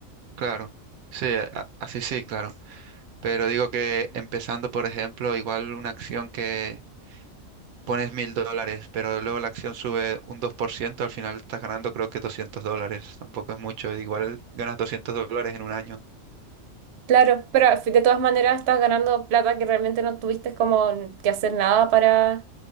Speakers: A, on the right; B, on the right.
A: claro, sí, a- así sí, claro. Pero digo que empezando, por ejemplo, igual una acción que pones mil dólares, pero luego la acción sube un 2% al final estás ganando creo que 200 dólares. Tampoco es mucho. Igual ganas 200 dólares en un año.
B: Claro, pero al fin- de todas maneras estás ganando plata que realmente no tuviste como que hacer nada para,